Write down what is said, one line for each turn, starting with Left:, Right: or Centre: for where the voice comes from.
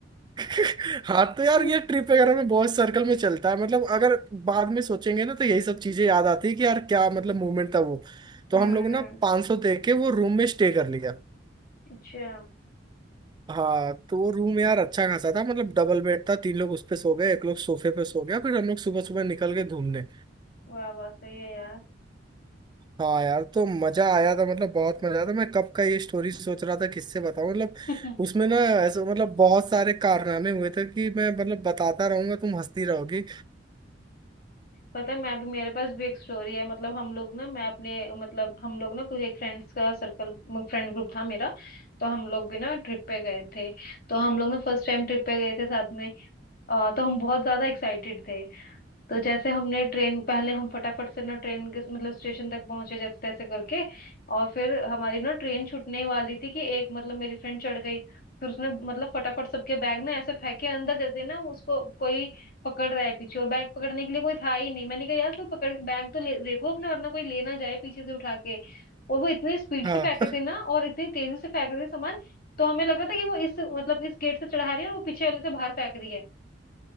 Right: <laughs> हाँ तो यार
Left: <laughs>
Right: ये ट्रिप वगैरह में बहुत सर्कल में चलता है मतलब अगर बाद में सोचेंगे ना तो यही सब चीजें याद आती है कि यार क्या मतलब मूवमेंट था वो तो
Left: हम्म
Right: हम लोगों ने पाँच सौ दे के वो रूम में स्टे कर लिया
Left: अच्छा
Right: हाँ तो वो रूम यार अच्छा खासा था मतलब डबल बेड था तीन लोग उस पे सो गए एक लोग सोफे पे सो गया फिर हम लोग सुबह सुबह निकल गए घूमने
Left: वाह वाह सही है यार
Right: हाँ यार तो मजा आया था मतलब बहुत मजा आया था मैं कब का ये स्टोरी सोच रहा था किससे बताऊं मतलब
Left: <laughs>
Right: उसमें ना ऐसे मतलब बहुत सारे कारनामे हुए थे कि मैं मतलब बताता रहूंगा तुम हंसती रहोगी
Left: पता है मैं भी मेरे पास भी एक स्टोरी है मतलब हम लोग ना मैं अपने मतलब हम लोग ना कुछ एक फ्रेंड्स का सर्कल फ्रेंड ग्रुप था मेरा तो हम लोग भी ना ट्रिप पे गए थे तो हम लोग ना फर्स्ट टाइम ट्रिप पे गए थे साथ में अ, तो हम बहुत ज्यादा एक्साइटेड थे तो जैसे हमने ट्रेन पहले हम फटाफट से ना ट्रेन के मतलब स्टेशन तक पहुंचे जैसे तैसे करके और फिर हमारी ना ट्रेन छूटने ही वाली थी कि एक मतलब मेरी फ्रेंड चढ़ गई फिर उसने मतलब फटाफट सबके बैग ना ऐसे फेंके अंदर जैसे ना उसको कोई पकड़ रहा है पीछे और बैग पकड़ने के लिए कोई था ही नहीं मैंने कहा यार कोई पकड़ बैग तो ले देखो अपना वरना कोई ले ना जाए पीछे से उठा के और वो इतनी स्पीड
Right: हाँ
Left: से फेंक
Right: <laughs>
Left: रहे थे ना और इतनी तेजी से फेंक रहे थे सामान तो हमें लगा था कि वो इस मतलब इस गेट से चढ़ा रही है और वो पीछे वाले से बाहर फेंक रही है